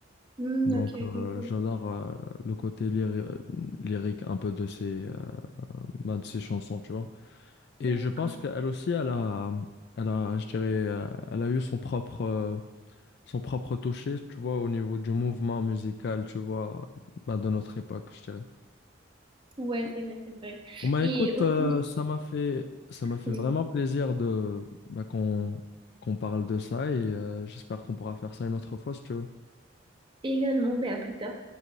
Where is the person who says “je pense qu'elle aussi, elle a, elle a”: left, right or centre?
Left